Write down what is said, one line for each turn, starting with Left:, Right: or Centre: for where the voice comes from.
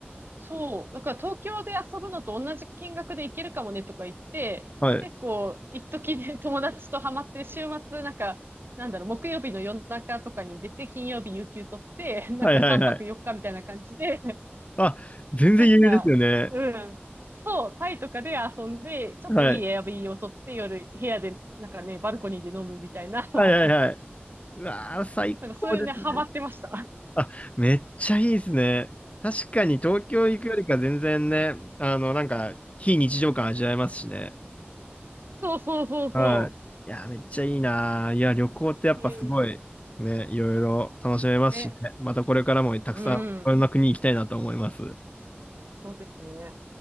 Right: そう。だから東京で遊ぶのと同じ金額で行けるかもねとか言って、
Left: はい。
Right: 結構、一時で友達とハマって、週末、なんか、なんだろう、木曜日の夜中とかに出て、金曜日有給取って、<laughs> なんか3泊4日みたいな感じで、
Left: はいはいはい。
Right: <laughs>
Left: あ、全然余裕ですよね。
Right: なんか、うん。そう、タイとかで遊んで、ちょっといいエアビーを取って、
Left: はい。
Right: 夜、部屋で、なんかね、バルコニーで飲むみたいな、<laughs>
Left: はいはいはい。うわー、最高ですね。
Right: なんかそういうね、ハマってました。
Left: あ、めっちゃいいですね。確かに東京行くよりか全然ね、あの、なんか、非日常感味わえますしね。
Right: そうそうそうそ
Left: はい。いやー、めっちゃいいなー。いや、旅行ってやっぱすごい、
Right: う。うん。
Left: ね、いろいろ楽しめますしね。
Right: ね。
Left: またこれからもたくさんいろんな国行きたいなと思います。
Right: うん。そうですね。